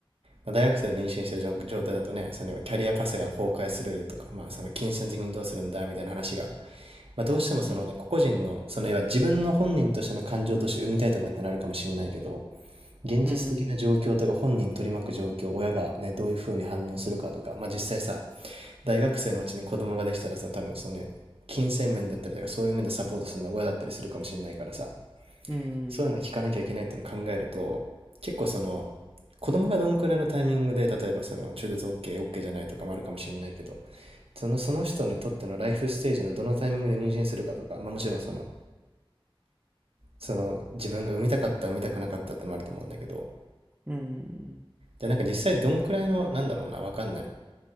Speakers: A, on the right; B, on the right.
A: まあ、大学生で妊娠してる状態だとね、そのキャリアパスが崩壊するとか、まあ、その金銭的にどうするんだみたいな話が、まあ、どうしてもそのね、
B: うん
A: 個々人の、その要は自分の本人としての感情として生みたいとかってなるかもしれないけど、現実的な状況とか本人取り巻く状況、
B: うん
A: 親がね、どういうふうに反応するかとか、まあ実際さ、大学生のうちに子供ができたらさ、多分そのね、金銭面だったりとか、そういう面でサポートするのは親だったりするかもしれないからさ、
B: うん。う
A: そういうの聞かなきゃいけないっていうのを考えると、
B: ん
A: 結構その、子供がどんくらいのタイミングで、例えばその中絶 OK、OK じゃないとかもあるかもしれないけど、その、その人にとってのライフステージのどのタイミングで妊娠するかとか、まあもちろんその、その自分が産みたかった、産みたくなかったってのもあると思うんだけど、
B: うんうん。
A: じゃあなんか実際どんくらいの、なんだろうな、わかんない。